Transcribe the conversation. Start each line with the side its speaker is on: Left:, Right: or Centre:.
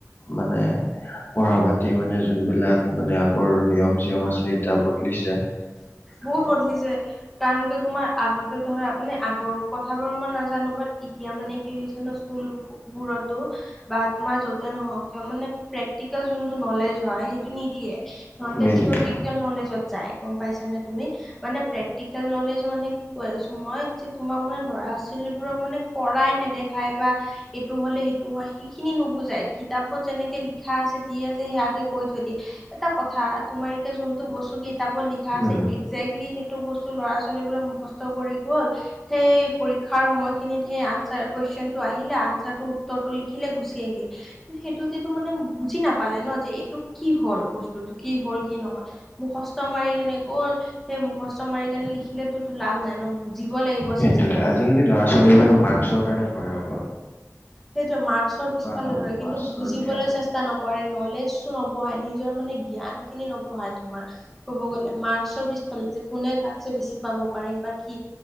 Left: মানে পঢ়া পাতি মানে যোনবিলাক মানে আগৰ নিয়ম চিয়ম আছে এতিয়া বদলিছা।
Centre: বহুত বদলি যায়। কাৰণ কি তোমাৰ আগতে ধৰা মানে আগৰ কথাবোৰ মই নাজানো বাট এতিয়া মানে কি হৈছে ন স্কুল বোৰতো বা তোমাৰ যতে নহওঁক কিয় প্ৰেকটিকেল যোনটো নলেজ হয় সেইটো নিদিয়ে সিহঁতে
Left: নিদিয়ে
Centre: থিয়ৰিকেল নলেজত যায় গম পাইছানা তুমি মানে প্ৰেক্টিকেল নলেজ মানে কি কৈ আছো মই যে তোমাক মানে ল'ৰা ছোৱালীবোৰক মানে পঢ়াই নেদেখায় বা এইটো হ'লে সেইটো হয় সেইখিনি নুবুজাই কিতাপত যেনেকে লিখা আছে যি আছে সেয়াকে কৈ থৈ দিয়ে। এটা কথা তোমাৰ এতিয়া যোনটো বস্তু কিতাপৰ লিখা আছে
Left: উম
Centre: একজেক্টলি সেইটো বস্তু ল'ৰা-ছোৱালীবোৰে মুখস্থ কৰি গ'ল সেই পৰীক্ষাৰ সময়খিনিত সেই আনচাৰ কুৱেশনটো আহিলে, আনচাৰটো উত্তৰটো লিখিলে, গুচি আহিলে। সেইটো যিটো মানে বুজি নাপালে ন যে এইটো কি হল বস্তুটো, কি হল কি নহল। মুখষ্ট মাৰি কেনে গ'ল সেই মুখষ্ট মাৰি কেনে লিখিলেতো লাভ নাই ন, বুজিব লাগিব চ
Left: সেইটোয়ে আজি-কালি ল'ৰা-ছোৱালীবিলাকে মাৰ্কছৰ কাৰণে পঢ়ে অক
Centre: সেইটোৱে মাৰ্কছৰ পিছফালে
Left: বা
Centre: দৰে কিন্তু
Left: মাষ্টৰনীয়ে
Centre: বুজিবলৈ
Left: হওক
Centre: চেষ্ট টা নকৰে, নলেজটো নবঢহায় নিজৰ মানে জ্ঞান খিনি নবঢ়ায় তোমাৰ ক'ব গ'লে মাৰ্কচৰ পিছফালে যে কোনে কাতচে বেছি পাব পাৰে বা কি